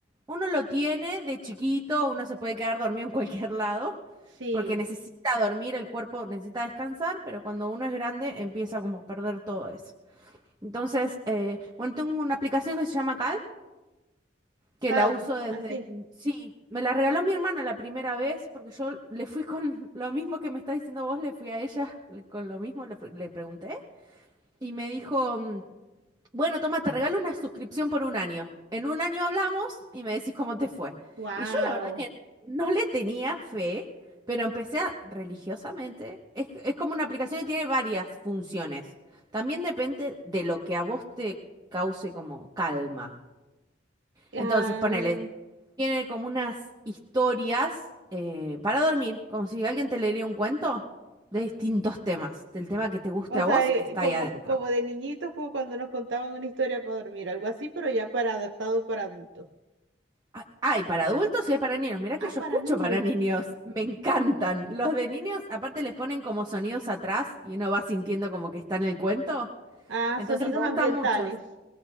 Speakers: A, on the right (about 20°); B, on the right (about 75°).
A: Uno lo tiene de chiquito, uno se puede quedar dormido en cualquier <laughs> lado,
B: Sí,
A: porque necesita dormir, el cuerpo necesita descansar, pero cuando uno es grande empieza como a perder todo eso. Entonces, eh, bueno, tengo una aplicación que se llama Calm, que
B: calm,
A: la uso desde...
B: así.
A: el- Sí, me la regaló mi hermana la primera vez, porque yo le fui con <laughs> lo mismo que me estás diciendo vos, le fui a ella con lo mismo, le fui- le pregunté, y me dijo... mm, bueno, toma, te regalo una suscripción por un año. En un año hablamos y me decís cómo te fue.
B: Wow.
A: Y yo la verdad que no le tenía fe, pero empecé a- religiosamente. Es, es como una aplicación que tiene varias funciones. También depende de lo que a vos te cause como calma.
B: Ah,
A: Entonces, ponele, tiene como unas historias eh, para dormir, como si alguien te leería un cuento de distintos temas. Del tema que te guste
B: o
A: a
B: sea,
A: vos,
B: eh,
A: está
B: como,
A: ahí adentro.
B: como de niñitos, como cuando nos contaban una historia para dormir, algo así, pero ya para adaptado para adultos.
A: Ah, Hay para adultos y hay para niños. Mirá que
B: Ah,
A: yo
B: para
A: escucho
B: niños.
A: para niños. Me encantan. Los de niños, aparte les ponen como sonidos atrás y uno va sintiendo como que está en el cuento.
B: Ah,
A: Entonces
B: sonidos
A: me gustan
B: ambientales.
A: muchos.